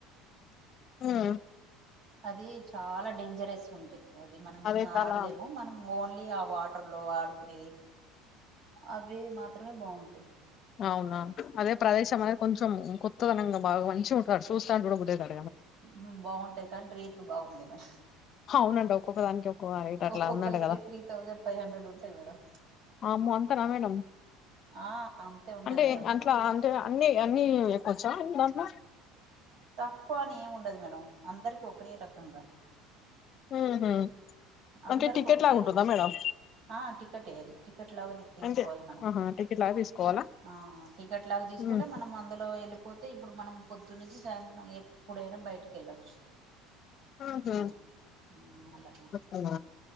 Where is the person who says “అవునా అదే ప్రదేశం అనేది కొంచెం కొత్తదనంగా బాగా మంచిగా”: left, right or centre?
Left